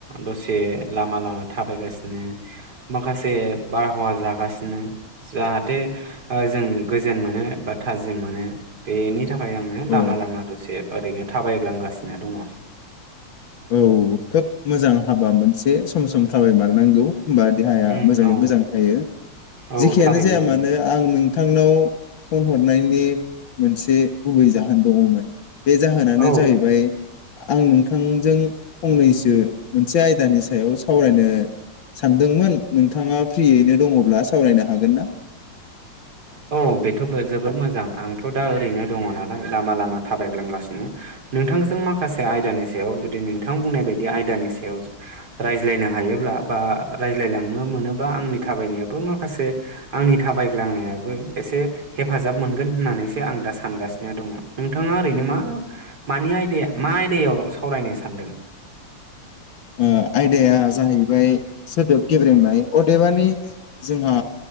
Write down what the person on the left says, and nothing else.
औ
औ खोब मोजां हाबा मोनसे सम सम थाबायमारनांगौ। होमबा देहाया
मोजाङै
मोजां थायो
जेखियानो
जाया मानो
आं नोंथांनाव फन हरनायनि मोनसे गुबै जाहोन दङमोन। बे जाहोनानो
जाहैबाय आं नोंथां जों फंनैसो मोनसे आयदानि सायाव सावरायनो सानदोंमोन। नोंथाङा फ्रियैनो दङब्ला सावरायनो हागोन ना?
ओ आयदाया जाहैबाय सोदोब गेब्रेंनाय अदेबानि जोंहा